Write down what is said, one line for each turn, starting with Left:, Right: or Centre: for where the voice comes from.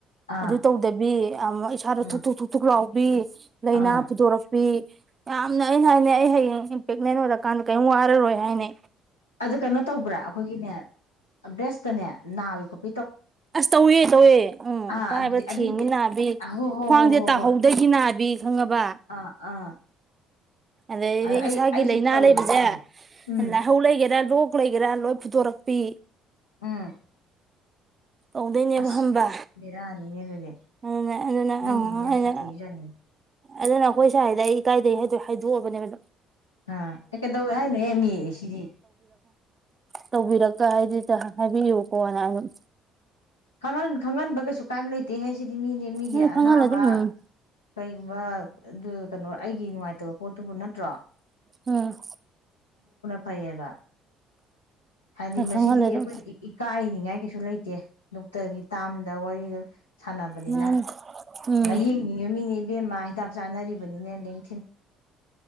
Left: ꯑꯥ
Right: ꯑꯗꯨ ꯇꯧꯗꯕꯤ ꯑꯃ ꯏꯁꯥꯗ
Left: ꯑꯥ
Right: ꯊꯨꯛ ꯊꯨꯛ ꯊꯨꯛ ꯊꯨꯛ ꯂꯥꯎ ꯕꯤ ꯂꯩꯅꯥ
Left: ꯑꯥ
Right: ꯐꯨꯗꯣꯔꯛꯄꯤ ꯌꯥꯝꯅ ꯑꯩꯅ ꯍꯥꯏꯅꯦ ꯑꯩ ꯍꯌꯦꯡ ꯄꯦꯛꯅꯦꯟ ꯑꯣꯏꯔꯀꯥꯟꯗ ꯀꯔꯤꯝ ꯋꯥꯔꯔꯣꯏ ꯍꯥꯏꯅꯦ
Left: ꯑꯗꯨ ꯀꯩꯅꯣ ꯇꯧꯕ꯭ꯔꯥ ꯑꯈꯣꯏꯒꯤꯅꯦ ꯑ ꯕ꯭ꯔꯦꯁ ꯇꯅꯦ ꯅꯥꯕꯤ ꯈꯣꯠ
Right: ꯑꯁ ꯇꯧꯋꯦ ꯇꯧꯋꯦ ꯎꯝ
Left: ꯑꯥ
Right: ꯄꯥꯏꯕ
Left: ꯑꯗꯨꯗꯤ ꯑꯗꯨꯗꯤ
Right: ꯊꯦꯡꯉꯦ ꯅꯥꯕꯤ
Left: ꯍꯣ ꯍꯣ
Right: ꯈ꯭ꯋꯥꯡꯁꯦ
Left: ꯍꯣ ꯍꯣ
Right: ꯇꯥꯍꯧꯗꯩꯒꯤ
Left: ꯍꯣꯏ
Right: ꯅꯥꯕꯤ ꯈꯪꯉꯕ
Left: ꯑꯥ ꯑꯥ
Right: ꯑꯗꯩꯗꯤ
Left: ꯑꯗ ꯑꯩ
Right: ꯏꯁꯥꯒꯤ
Left: ꯑꯩꯁꯨ
Right: ꯂꯩꯅꯥ
Left: ꯇꯧꯋꯦꯕ
Right: ꯂꯩꯕꯁꯦ
Left: ꯑꯗꯨꯕꯨꯗꯤ ꯎꯝ
Right: ꯂꯥꯏꯍꯧ ꯂꯩꯒꯦꯔꯥ ꯂꯣꯛ ꯂꯩꯒꯦꯔꯥ ꯂꯣꯏ ꯐꯨꯗꯣꯔꯛꯄꯤ
Left: ꯎꯝ
Right: ꯇꯧꯗꯣꯏꯅꯦꯕ
Left: ꯑꯁ
Right: ꯍꯝꯕ
Left: ꯕꯦꯔꯥꯅꯤꯅꯦ ꯑꯗꯨꯗꯤ
Right: ꯑꯗꯨꯅ ꯑꯗꯨꯅ
Left: ꯅꯪꯒꯤꯗꯤ
Right: ꯑꯃ
Left: ꯌꯥꯝ
Right: ꯑꯩꯅ
Left: ꯁꯥꯊꯤꯖꯥꯠꯅꯤꯅꯦ
Right: ꯑꯗꯨꯅ ꯑꯩꯈꯣꯏ ꯁꯥꯏꯗ ꯑꯩ ꯏꯀꯥꯏꯗꯩ ꯍꯥꯏꯗꯣꯛꯑꯦ ꯍꯥꯏꯗꯣꯛꯑꯕꯅꯦꯕ ꯑꯩꯅ
Left: ꯍꯥ ꯑꯦ ꯀꯩꯊꯧꯋꯦ ꯍꯥꯏꯅꯣꯍꯦ ꯃꯤ ꯏ ꯁꯤꯗꯤ
Right: ꯇꯧꯕꯤꯔꯒ ꯍꯥꯏꯗꯤꯇꯥ ꯍꯥ ꯍꯥꯏꯕꯤꯌꯨ ꯀꯣꯟꯅ ꯑꯃꯨꯛ
Left: ꯈꯪꯍꯟ ꯈꯪꯍꯟꯕ ꯀꯩꯁꯨ ꯀꯥꯏꯕ ꯂꯩꯇꯦ ꯍꯦ ꯁꯤꯗꯤ ꯃꯤꯒꯤ ꯃꯤꯒꯤ
Right: ꯅꯪ ꯈꯪꯍꯜꯂꯦ
Left: ꯑꯅꯥꯕ
Right: ꯑꯗꯨꯝ ꯎꯝ
Left: ꯀꯩꯒꯨꯝꯕ ꯑꯗꯨ ꯀꯩꯅꯣ ꯑꯩꯒꯤ ꯅꯨꯡꯉꯥꯏꯇꯕ ꯄꯣꯠꯇꯨꯕꯨ ꯅꯠ ꯇ꯭ꯔꯥ
Right: ꯎꯝ
Left: ꯐꯩꯌꯦꯕ ꯍꯥꯏꯗꯤ ꯃꯁꯤꯗꯤ
Right: ꯈꯪꯍꯜꯂꯦ ꯑꯗꯨꯝ
Left: ꯑꯩꯈꯣꯏꯅ ꯏ ꯏꯀꯥꯏ ꯅꯤꯡꯉꯥꯏ ꯀꯩꯁꯨ ꯂꯩꯇꯦ ꯗꯣꯛꯇꯔꯒꯤ ꯇꯥꯝꯗ ꯋꯥꯔꯤꯗ ꯁꯥꯟꯅꯕꯅꯤꯅ
Right: ꯃꯥꯅꯤ ꯎꯝ
Left: ꯂꯥꯏꯌꯦꯡꯅꯤꯡꯉꯝꯃꯤꯅꯦ ꯏꯕꯦꯝ ꯏꯕꯦꯝꯃꯥ ꯍꯤꯗꯥꯛ ꯆꯥꯅꯔꯤꯕꯅꯤꯅꯦ ꯂꯦꯡ